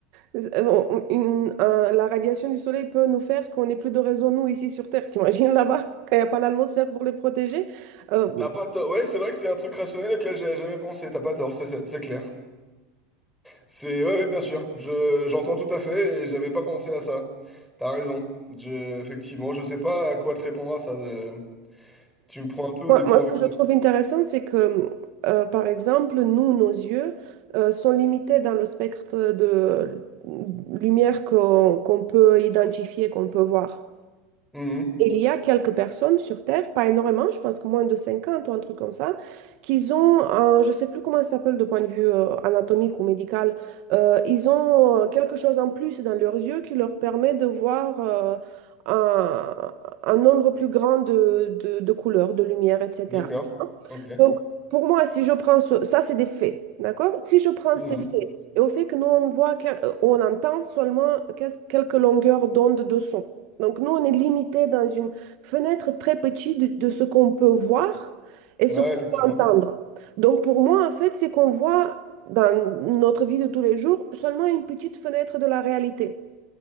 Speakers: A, on the right; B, in the centre.
A: <laughs> on- une- un- la radiation du soleil peut nous faire qu'on n'ait plus de raison, nous, ici sur Terre. T'imagines là-bas, quand il n'y a pas l'atmosphère pour les protéger? Euh,
B: T'as pas tort. Ouais, c'est vrai que c'est un truc rationnel auquel j'avais jamais pensé. T'as pas tort, c'est c'est- c'est clair. C'est ouais, ouais, bien sûr. Je j'entends tout à fait et j'avais pas pensé à ça. T'as raison. Je effectivement, je sais pas à quoi te répondre à ça. je- Tu me prends un peu au
A: Moi,
B: dépourvu.
A: moi, ce que je
B: quoi.
A: trouve intéressant, c'est que, euh, par exemple, nous, nos yeux, euh, sont limités dans le spectre de lumière qu'on qu'on peut identifier, qu'on peut voir
B: Mhm.
A: il y a quelques personnes sur Terre, pas énormément, je pense que moins de 50 ou un truc comme ça, qui ont, un- je ne sais plus comment ça s'appelle de point de vue euh, anatomique ou médical, euh, ils ont euh, quelque chose en plus dans leurs yeux qui leur permet de voir euh, un, un nombre plus grand de, de, de couleurs, de lumière, etc.
B: D'accord. Ok.
A: Donc, pour moi, si je prends ce- ça, c'est des faits, d'accord? Si je prends
B: Mhm.
A: ces faits et au fait que nous, on voit, quel- on entend seulement quel- quelques longueurs d'onde de son. Donc nous, on est limité dans une fenêtre très petite de, de ce qu'on peut voir et
B: Ouais,
A: ce
B: ouais,
A: qu'on
B: effectivement.
A: peut entendre. Donc pour moi, en fait, c'est qu'on voit dans notre vie de tous les jours seulement une petite fenêtre de la réalité.